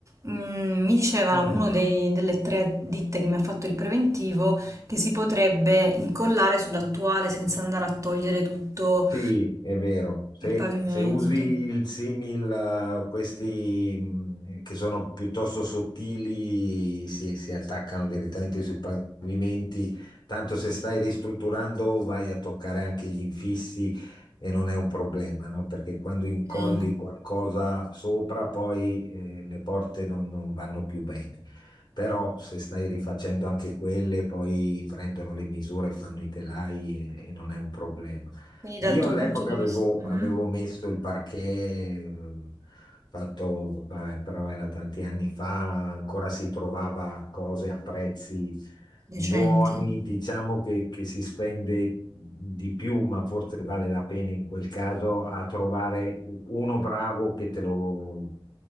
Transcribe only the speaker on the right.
Mm, mi dicevano
uno dei- delle tre ditte che mi ha fatto il preventivo che si potrebbe incollare sull'attuale senza andare a togliere tutto
il pavimento.
Ok.
Quindi dal
tuo
punto di
vista, Mhm.
Decenti,